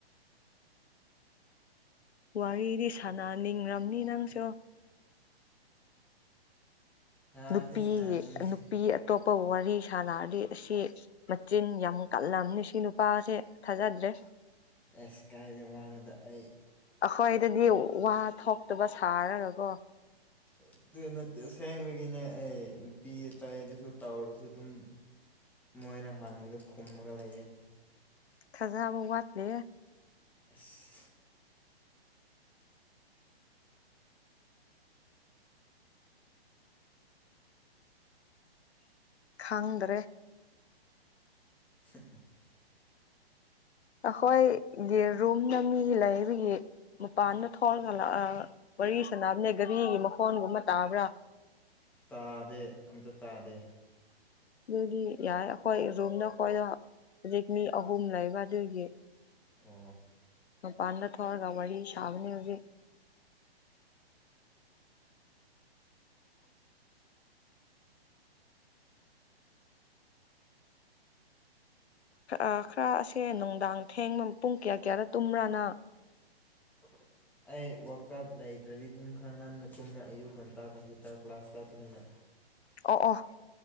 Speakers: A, on the left (about 85°); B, in the centre.
A: ꯋꯥꯔꯤꯗꯤ ꯁꯥꯟꯅꯅꯤꯡꯔꯝꯅꯤ ꯅꯪꯁꯨ
B: ꯁꯥꯕꯗꯤ
A: ꯅꯨꯄꯤꯒꯤ
B: ꯁꯅꯥꯅꯤꯡ
A: ꯅꯨꯄꯤ ꯑꯇꯣꯞꯄ ꯋꯥꯔꯤ ꯁꯥꯥꯟꯅꯔꯗꯤ ꯑꯁꯤ ꯃꯆꯤꯟ ꯌꯥꯝ ꯀꯜꯂꯝꯅꯤ ꯁꯤ ꯅꯨꯄꯥ ꯅꯨꯄꯥꯁꯦ ꯊꯥꯖꯗ꯭ꯔꯦ
B: ꯑꯁ ꯀꯥꯏꯗ ꯋꯥꯅꯣꯗ ꯑꯩ
A: ꯑꯩꯈꯣꯏꯗꯗꯤ ꯋꯥ ꯊꯣꯛꯇꯕ ꯁꯥꯔꯒꯀꯣ
B: ꯑꯗꯨ ꯅꯠꯇꯦ ꯑꯁꯦꯡꯕꯒꯤꯅꯦ ꯑꯩ ꯅꯨꯄꯤ ꯑꯇꯩ ꯑꯗꯁꯨ ꯇꯧꯔꯁꯨ ꯑꯗꯨꯝ ꯃꯣꯏꯅ ꯍꯡꯕꯗ ꯈꯨꯝꯃꯒ ꯂꯩꯌꯦ
A: ꯊꯥꯖꯕ ꯋꯥꯠꯂꯦꯍꯦ
B: ꯁꯤꯁ
A: ꯈꯪꯗ꯭ꯔꯦ
B: <inaudible>
A: ꯑꯩꯈꯣꯏꯒꯤ ꯔꯨꯝꯅ ꯃꯤ ꯂꯩꯕꯒꯤ ꯃꯄꯥꯟꯅ ꯊꯣꯛꯂꯒ ꯂꯥꯛꯂꯒ ꯋꯥꯔꯤ ꯁꯥꯟꯅꯕꯅꯦ ꯘꯥꯔꯤꯒꯤ ꯃꯈꯣꯟꯒꯨꯝꯕ ꯇꯕ꯭ꯔꯥ <inaudible>
B: ꯇꯥꯗꯦ ꯑꯝꯇ ꯇꯥꯗꯦ
A: ꯑꯗꯨꯗꯤ ꯌꯥꯔꯦ ꯑꯩꯈꯣꯏ ꯔꯨꯝꯗ ꯑꯩꯈꯣꯏꯗꯣ ꯍꯧꯖꯤꯛ ꯃꯤ ꯑꯍꯨꯝ ꯂꯩꯕ ꯑꯗꯨꯒꯤ
B: ꯑꯣ
A: ꯃꯄꯥꯟꯗ ꯊꯣꯛꯔꯒ ꯋꯥꯔꯤ ꯁꯥꯕꯅꯦ ꯍꯧꯖꯤꯛ ꯑꯥ ꯈꯔ ꯑꯁꯦ ꯅꯨꯡꯗꯥꯡ ꯊꯦꯡꯕ ꯄꯨꯡ ꯀꯌꯥ ꯀꯌꯥꯗ ꯇꯨꯝꯕ꯭ꯔꯥ ꯅꯪ
B: <inaudible> ꯑꯩ ꯋꯥ꯭ꯔꯜ ꯀꯞ ꯂꯩꯇ꯭ꯔꯗꯤ ꯑꯗꯨꯝ ꯈꯔ ꯉꯟꯅ ꯇꯨꯝꯃꯦ ꯑꯌꯨꯛ ꯉꯟꯇꯥ ꯀꯝꯄ꯭ꯌꯨꯇꯔ ꯀ꯭ꯂꯥꯁ ꯆꯠꯄꯅꯤꯅ
A: ꯑꯣ ꯑꯣ